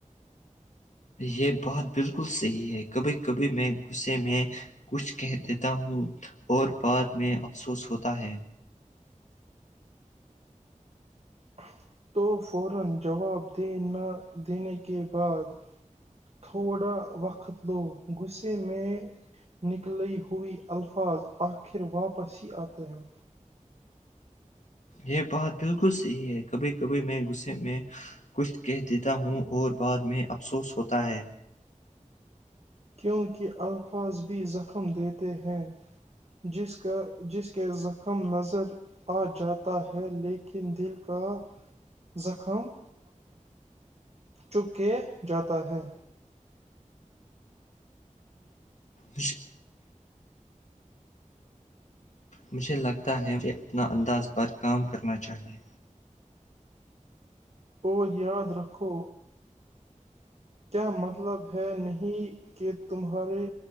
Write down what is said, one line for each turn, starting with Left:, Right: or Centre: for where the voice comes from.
Left: یہ بات بالکل صحیح ہے کبھی کبھی میں غصے میں کچھ کہہ دیتا ہوں اور بعد میں افسوس ہوتا ہے
Right: <unintelligible> دینے کے بعد تھوڑا وقت لو غصے میں نکلی ہوئی الفاظ آخر واپس ہی آتے ہیں
Left: یہ بات بالکل صحیح ہے کبھی کبھی میں غصے میں کچھ کہہ دیتا ہوں اور بعد میں افسوس ہوتا ہے
Right: کیونکہ الفاظ زخم دیتے ہیں جس کا جس کے زخم نظر آ جاتا ہے لیکن دل کا زخم چپ کے جاتا ہے
Left: کش مجھے لگتا ہے وہ اپنا انداز پر کام کرنا چاہیئے
Right: اور یاد رکھو کیا مطلب ہے نہیں کہ تمہارے